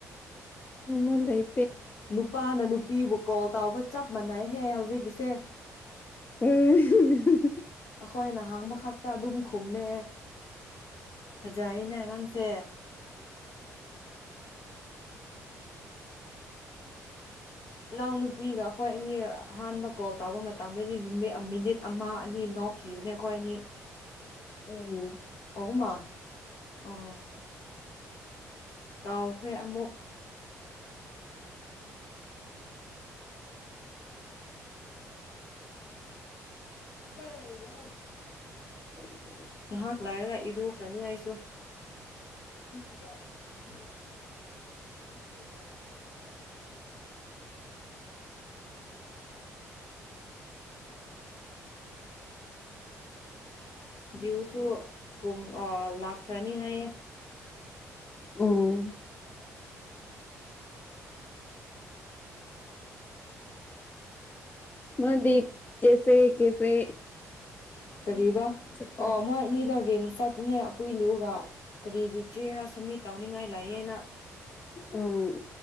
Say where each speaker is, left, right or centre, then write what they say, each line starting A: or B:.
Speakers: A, on the left; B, on the left.
A: ꯎꯃꯥꯡꯂꯩ
B: ꯅꯨꯄꯥꯅ ꯅꯨꯄꯤꯕꯨ ꯀꯣꯜ ꯇꯥꯎꯕ ꯆꯞ ꯃꯥꯟꯅꯩꯍꯦ ꯍꯧꯖꯤꯛꯀꯤꯁꯦ
A: ꯎꯝ ꯍꯨꯡ ꯍꯨꯡ ꯍꯨꯡ
B: ꯈꯣꯏ ꯅ ꯍꯥꯡꯕ ꯈꯛꯇ ꯑꯗꯨꯝ ꯈꯨꯝꯃꯦ ꯐꯖꯩꯅꯦ ꯅꯪꯁꯦ ꯏꯅꯥꯎꯅꯨꯄꯤꯒ ꯑꯈꯣꯏ ꯑꯅꯤꯌ ꯑꯍꯥꯟꯕ ꯀꯣꯜ ꯇꯧꯕ ꯃꯇꯝꯗꯗꯤ ꯅꯨꯃꯤ ꯃꯤꯅꯤꯠ ꯑꯃ ꯑꯅꯤ ꯅꯣꯛꯈꯤꯕꯅꯦ ꯑꯩꯈꯣꯏ ꯑꯅꯤ
A: <unintelligible>
B: ꯎꯝ ꯃꯥ ꯑꯣ ꯀꯥꯎꯈ꯭ꯔꯦ ꯑꯃꯨꯛ ꯀꯥꯏ ꯂꯩꯔꯤꯅꯣꯍꯩ
A: <unintelligible>
B: ꯉꯍꯥꯛ ꯂꯩꯏꯔꯒ ꯏꯔꯨ ꯖꯅꯤ ꯑꯩꯁꯨ <unintelligible> ꯌꯨ ꯁꯨ ꯀꯨꯝ ꯑ ꯂꯥꯛꯈ꯭ꯔꯅꯤ ꯍꯥꯏꯌꯦ
A: ꯎꯝ ꯃꯥꯗꯤ ꯀꯦꯐꯦ ꯀꯦꯐꯦ
B: ꯀꯔꯤꯕ
A: ꯆꯠꯄ꯭ꯔꯥ
B: ꯑꯣ ꯃꯣꯏ ꯑꯅꯤꯗꯣ ꯔꯤꯝꯁ ꯆꯠꯅꯦ ꯑꯄꯨ ꯏꯂꯨꯒ ꯀꯔꯤꯒꯤ ꯆꯦꯔꯥ ꯁꯝꯃꯤꯠ ꯇꯧꯅꯤꯡꯉꯥꯏ ꯂꯥꯛꯑꯦꯅ
A: ꯎꯝ